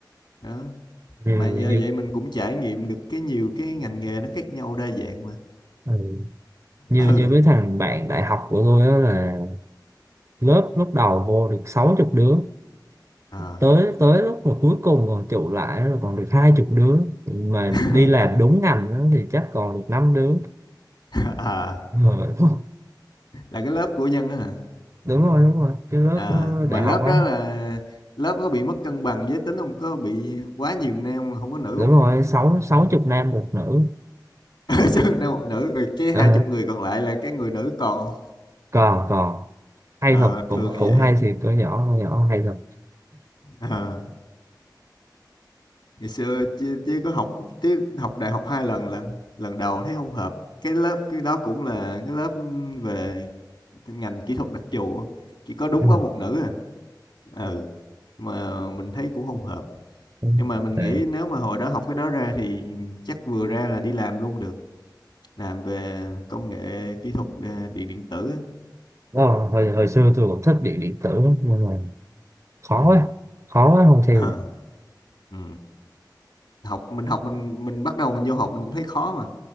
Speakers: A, on the left; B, on the right.
A: đó
B: nhiều
A: mà nhờ
B: nhiều
A: vậy mình cũng trải nghiệm được cái nhiều cái ngành nghề nó khác nhau đa dạng mà
B: ừ. nhiều
A: ừ
B: nhiều mấy thằng bạn đại học của tôi á là lớp lúc đầu vô được sáu chục đứa
A: à.
B: tới tới lúc mà cuối cùng còn trụ lại rồi còn được hai chục đứa mà
A: <laughs>
B: đi làm đúng ngành đó thì chắc còn được năm đứa
A: à
B: rồi <laughs>
A: là cái lớp của Nhân á hả
B: đúng rồi đúng rồi cái lớp
A: à
B: ờ,
A: mà
B: đại
A: lớp
B: học á
A: đó là lớp có bị mất cân bằng giới tính không có bị quá nhiều nam không có nữ
B: đúng
A: không
B: rồi sáu sáu chục nam một nữ
A: <laughs> Sao nam một nữ rồi cái
B: Ờ,
A: hai chục người còn lại là cái người nữ còn không?
B: còn còn hay
A: Ờ,
B: thật cũng
A: thường là
B: cũng
A: vậy
B: hay thì con nhỏ con nhỏ hay thật
A: Ờ, ngày xưa chứ, chứ có học chứ học đại học hai lần lần lần đầu thấy không hợp cái lớp cái đó cũng là cái lớp về ngành kỹ thuật đặc trù á. chỉ có đúng
B: Ừ,
A: có một nữ à ừ mà mình thấy cũng không hợp
B: ừ.
A: nhưng mà mình
B: Tệ.
A: nghĩ nếu mà hồi đó học cái đó ra thì chắc vừa ra là đi làm luôn được làm về công nghệ kỹ thuật ờ, điện điện tử
B: Ờ, hồi hồi xưa tôi cũng thích điện điện tử lắm, nhưng mà khó
A: ừ.
B: quá khó quá không theo
A: Ờ,
B: được
A: ừ. học mình học mình mình bắt đầu mình vô học mình cũng thấy khó mà